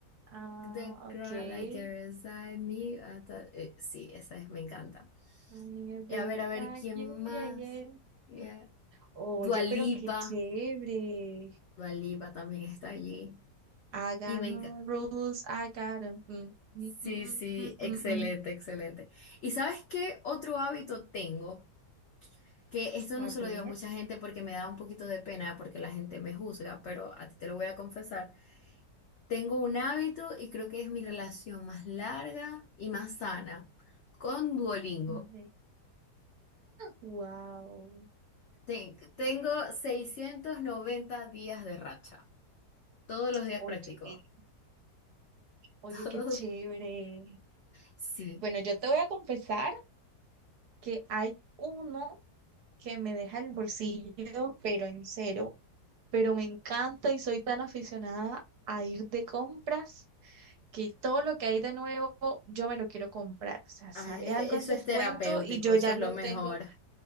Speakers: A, on the right (about 65°); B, on the left (about 75°).
A: Ah,
B: The Girl
A: ok.
B: Like Inside Me, hasta- eh, sí, esa es, me encanta.
A: Amiga,
B: Y a ver, a ver,
A: vaya,
B: ¿quién
A: oye,
B: más? Yeah.
A: Oye,
B: Dua Lipa,
A: pero qué chévere.
B: Dua Lipa también está allí.
A: I got
B: Y me
A: no
B: encanta.
A: rules, I got 'em. Mm, mm,
B: sí,
A: mm,
B: sí,
A: mm,
B: excelente,
A: mm, mm.
B: excelente. ¿Y sabes qué otro hábito tengo? que esto no
A: A
B: se
A: ver,
B: lo digo a mucha gente porque me da un poquito de pena porque la gente me juzga, pero a ti te lo voy a confesar. Tengo un hábito y creo que es mi relación más larga y más sana con Duolingo.
A: a ver. Wow.
B: Ten- tengo 690 días de racha. Todos los días
A: Oye,
B: practico.
A: oye,
B: <laughs> Todos,
A: qué chévere.
B: sí.
A: Bueno, yo te voy a confesar que hay uno que me deja el bolsillo, pero en cero. Pero me encanta y soy tan aficionada a ir de compras que todo lo que hay de nuevo yo me lo quiero comprar. O sea, sale
B: Ay, e-
A: algo
B: eso
A: en descuento
B: es terapéutico,
A: y yo
B: eso
A: ya
B: es
A: lo
B: lo mejor.
A: tengo,